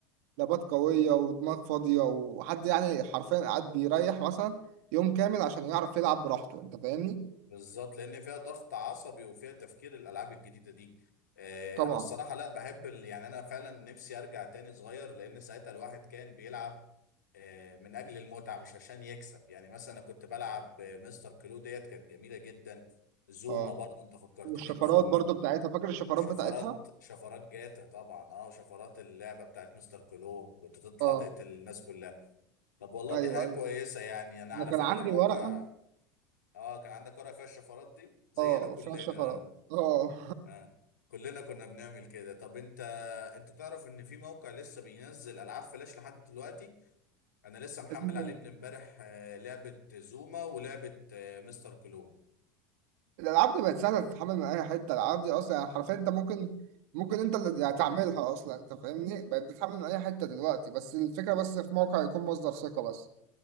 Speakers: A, on the right; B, on the left.
A: لابات قوية ودماغ فاضية وحد يعني حرفيا قاعد بيريح مثلا يوم كامل عشان يعرف يلعب براحته انت فاهمني؟
B: بالظبط لأن فيها ضغط عصبي وفيها تفكير الألعاب الجديدة دي آه
A: طبعا
B: أنا الصراحة لا بحب ال... يعني أنا فعلا نفسي أرجع تاني صغير لأن ساعتها الواحد كان بيلعب آه من أجل المتعة مش عشان يكسب يعني مثلا أنا كنت بلعب آه، مستر كلو ديت كانت جميلة جدا زوما
A: اه
B: برضه أنت فكرتني
A: والشفرات
B: بزوما
A: برضه بتاعتها فاكر الشفرات
B: شفرات
A: بتاعتها؟
B: شفرات جاتا طبعا اه وشفرات اللعبة بتاعت مستر كلو كنت تطلع
A: اه
B: تقتل الناس كلها طب والله
A: ايوه
B: دي حاجة
A: ايوه
B: كويسة يعني أنا على
A: انا كان
B: فكرة
A: عندي
B: موقع
A: ورقة
B: آه كان عندك ورقة فيها الشفرات دي زينا
A: اه
B: كلنا
A: فيها شفرة
B: آه
A: اه
B: آه كلنا كنا بنعمل كده طب أنت أنت تعرف إن في موقع لسه بينزل ألعاب فلاش لحد دلوقتي أنا لسه محمل
A: <laughs> اسمه-
B: عليه
A: إيه؟
B: من إمبارح آه لعبة زوما ولعبة آه مستر كلون
A: الالعاب دي بقت سهله تتحمل من اي حته الالعاب دي اصلا يعني حرفيا انت ممكن ممكن انت اللي يعني تعملها اصلا انت فاهمني بقت بتتحمل من اي حته دلوقتي بس الفكره بس في موقع يكون مصدر ثقه بس